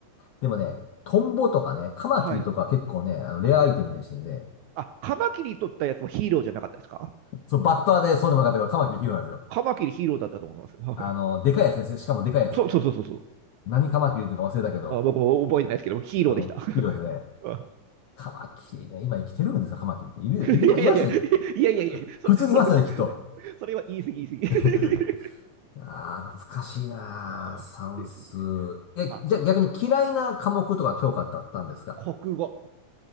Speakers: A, on the left (about 70°); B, on the right (about 80°).
A: でもね、トンボとかね、カマキリとか結構ね、
B: ーはい
A: あの、レアアイテムでしてね、
B: あ、あ、カマキリ取ったやつもヒーローじゃなかったですか
A: そう、バッターでそうでもなかったけど、カマキリヒーローなんですよ。
B: カマキリヒーローだったと思いますよ。はい
A: あの、でかいやつですよ。しかもでかいやつ。
B: そうそうそうそうそう。
A: 何カマキリとか忘れたけど、
B: あ、僕も覚えてないですけど、ヒーローでした。
A: うん、ヒーローですね。
B: あ
A: カマキリね、今生きてるんですか、カマキリって。いる、
B: いやいやいや、
A: いる、いますね。
B: いやいやいや、それ、
A: 普通にいますよね、
B: それは、
A: きっと。
B: それは言い過ぎ言い過ぎ。
A: <laughs>
B: <laughs>
A: ああ、懐かしいなあ、
B: あーですね。
A: 算数。え、
B: あ、
A: じゃあ逆に嫌いな科目とか教科ってあったんですか
B: 国語。